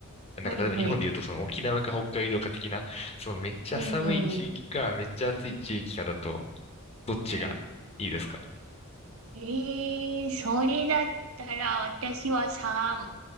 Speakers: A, on the left; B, on the right.
A: なんか例えば日本で言うとその沖縄か北海道か的な、
B: はい、はい。
A: そのめっちゃ寒い地域か、
B: うんうん、
A: めっちゃ暑い地域かだと、どっちがいいですか
B: はい。ええそれだったら、私はさ、